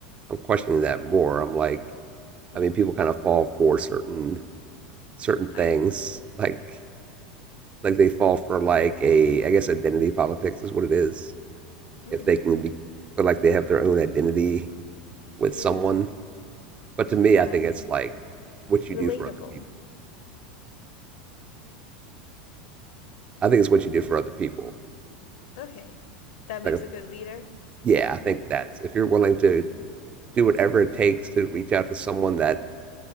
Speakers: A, on the right; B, on the left.
A: I'm questioning that more. I'm like,
B: Mm.
A: I mean, people kind of fall for certain certain
B: Type.
A: things, like like they fall for like a, I guess identity politics is what it is.
B: Mm.
A: If they can be feel like they have their own identity with
B: Yeah.
A: someone, but to
B: That
A: me,
B: makes
A: I
B: sense.
A: think it's like what you
B: Relatable.
A: do for other people. I think it's what you do for other people.
B: Okay. That makes
A: Like, uh,
B: a good leader.
A: yeah, I think that's if you're willing to do whatever it takes to reach out to someone that